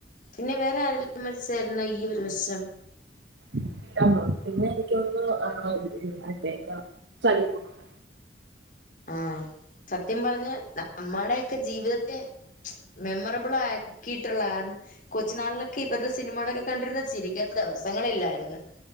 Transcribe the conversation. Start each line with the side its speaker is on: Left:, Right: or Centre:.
Left: പിന്നെ വേറെ ആരെല്ലാം മരിച്ചായിുന്നോ ഈ ഒരു വർഷം
Right: ഇല്ലന്ന് തോന്നുന്നു പിന്നെ എനിക്കൊന്നുന്നു അതെ എന്താല <unintelligible>
Left: ആഹ് സത്യം പറഞ്ഞ നമ്മടെൊക്കെ ജീവിതത്തെ മെമോറബിൾ ആ കിട്ടലാൻ കൊച്ചു നാളിലൊക്കെ ഇവരുടെ സിനിമകളൊക്കെ കണ്ടിരുന്നത് ചിരിക്കാത്ത ദിവസങ്ങളില്ലായിരുന്നു